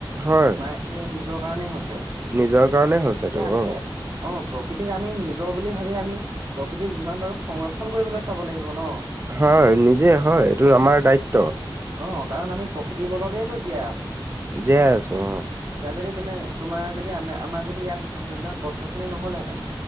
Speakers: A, on the right; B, on the right.
A: হয়
B: আমাৰ এই নিজৰ কাৰনে হৈছে,
A: নিজৰ কাৰণে হৈছে
B: গতিকে
A: এইটো
B: আমি
A: অ।
B: অ প্ৰকৃতিক আমি নিজৰ বুলি ভাবি আমি প্ৰকৃতিক যিমান পাৰোঁ সংৰক্ষণ কৰিবলৈ চাব লাগিব ন।
A: হয় নিজে হয় এইটো আমাৰ দায়িত্ব।
B: অহ কাৰণ আমি প্ৰকৃতিৰ বলতেইতো জীয়াই আছো।
A: জীয়াই আছো অ
B: এতিয়া যদি তুমি তোমাৰ যদি আম আমাৰ যদি ইয়াত ধৰি লোৱা গছ গছনি নহ'লহেঁতেন